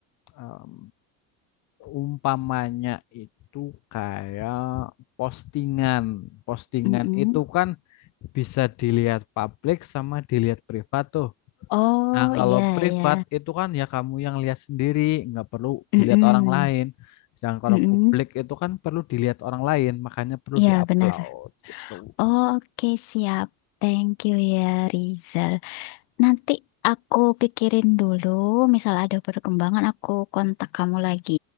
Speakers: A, on the left (about 45°); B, on the left (about 70°).
A: em, umpamanya itu kayak postingan. Postingan
B: Mm-mm.
A: itu kan bisa dilihat publik sama dilihat privat tuh.
B: Oh,
A: Nah, kalau
B: iya
A: privat
B: iya.
A: itu kan ya kamu yang lihat sendiri, nggak perlu
B: Mm-mm.
A: dilihat orang lain. Sedangkan kalau
B: Mm-mm.
A: publik itu kan perlu dilihat orang lain, makanya perlu
B: Iya,
A: diupload
B: benar.
A: gitu.
B: Oke, siap. Thank you ya, Rizal. Nanti aku pikirin dulu, misal ada perkembangan aku kontak kamu lagi.